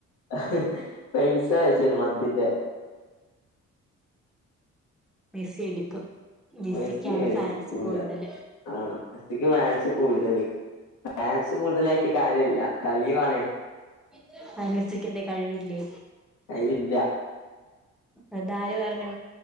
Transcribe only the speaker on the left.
ഹ് പൈസാണ്ട് അയ്ച്ചെരും മന്തിന്റെ
മെസ്സി എടുക്കൂല
ആ മെസ്സിക്ക് ഫാൻസ് കൂടുതല് ഫാൻസ് കൂടുതലായി ട്ട് കാര്യല്ല കളിവാണേ
ടൈമില്ല